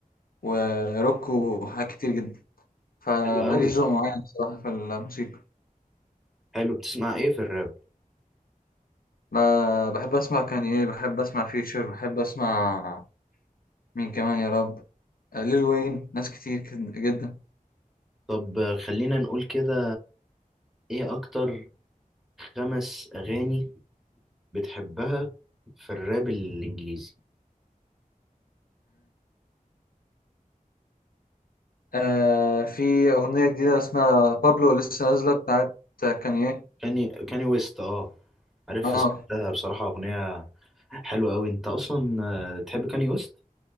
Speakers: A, on the left; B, in the centre.
A: وروك وحاجات كتير جدا فماليش
B: حلو قوي
A: ذوق معين بصراحه في الموسيقى
B: حلو بتسمع ايه في الراب
A: ب- بحب اسمع كانيه بحب اسمع فيوتشر بحب اسمع مين كمان يا رب آه، ليل وين ناس كتير كد- جدا
B: طب آه، خلينا نقول كده ايه اكتر خمس اغاني بتحبها في الراب الانجليزي
A: آه في أغنية جديدة اسمها بابلو لسه نازلة بتاعت كانيه
B: كاني كاني ويست اه عارف
A: اه
B: سمعتها بصراحة أغنية حلوة أوي أنت أصلا آه، تحب كاني ويست